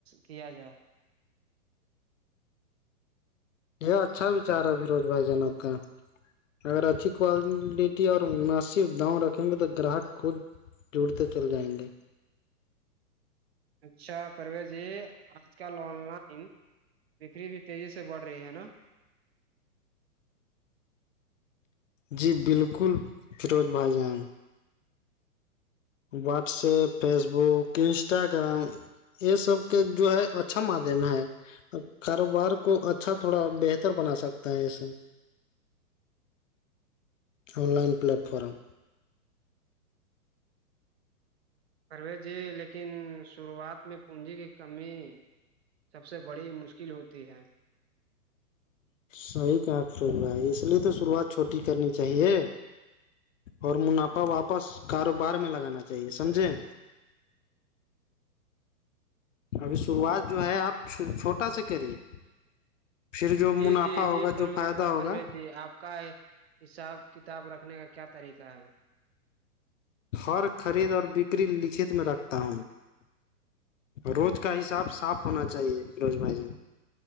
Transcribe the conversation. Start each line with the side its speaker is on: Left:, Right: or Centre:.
Right: کیا جائے
Left: یہ اچھا ویچار ہے فیروز بھائی جان آپ کا اگر اچھی کوالٹی اور مناسب دؤں رکھیں گے تو گراہک خود جڑتے چل جائیں گے
Right: اچھا پرویز جی آج کل آن لائن بکری بھی تیزی سے بڑھ رہی ہے نا
Left: جی بالکل فیروز بھائی جان واٹس ایپ فیسبک انسٹاگرام یہ سب کے جو ہے اچھا مادھیم ہے کاروبار کو اچھا تھوڑا بہتر بنا سکتا ہے اس سے آ لائن پلیٹفارم
Right: پروس جی لیکن شروعات میں پونجی کی کمی سب سے بڑی مشکل ہوتی ہے
Left: صحیح بات کہی ہے اس لیے تو شروعات چھوٹی کرنی چاہیے اور منافع واپس کاروبار میں لگانا چاہیے سمجھیں ابھی شروعات جو ہے آپ چھو چھوٹا سے کریے پھر جو منافع
Right: جی جی
Left: ہوگا
Right: جی پر
Left: جو فائدہ ہوگا
Right: پرویز جی آپ کا حساب کتاب رکھنے کا کیا طریقہ ہے
Left: ہر خرید بکری لکھت میں رکھتا ہوں روز کا حساب صاف ہونا چاہیے فروز بھائی جان